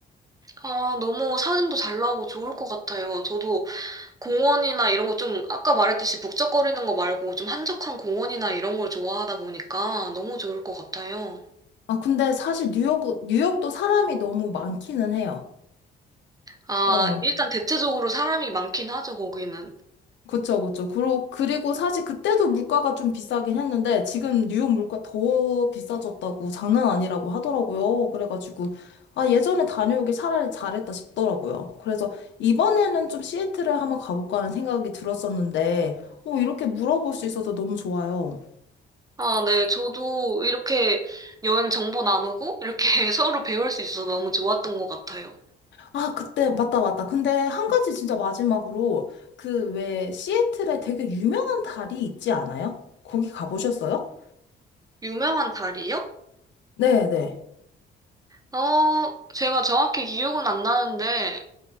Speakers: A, on the right; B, on the left.
A: 아, 너무 사진도 잘 나오고 좋을 것 같아요. 저도 공원이나 이런 거 좀 아까 말했듯이 북적거리는 거 말고 좀 한적한 공원이나 이런 걸 좋아하다 보니까 너무 좋을 것 같아요.
B: 아, 근데 사실 뉴욕, 뉴욕도 사람이 너무 많기는 해요.
A: 아,
B: 어.
A: 일단 대체적으로 사람이 많긴 하죠, 거기는.
B: 그쵸, 그쵸. 그러, 그리고 사실 그때도 물가가 좀 비싸긴 했는데 지금 뉴욕 물가 더 비싸졌다고 장난 아니라고 하더라고요. 그래가지고 아, 예전에 다녀오길 차라리 잘했다 싶더라고요. 그래서 이번에는 좀 시애틀에 한번 가볼까 하는 생각이 들었었는데 오, 이렇게 물어볼 수 있어서 너무 좋아요.
A: 아, 네. 저도 이렇게 여행 정보 나누고 이렇게 <laughs> 서로 배울 수 있어서 너무 좋았던 것 같아요.
B: 아, 그때 맞다, 맞다. 근데 한 가지 진짜 마지막으로 그 왜 시애틀에 되게 유명한 달이 있지 않아요? 거기 가보셨어요?
A: 유명한 다리요?
B: 네, 네.
A: 어, 제가 정확히 기억은 안 나는데,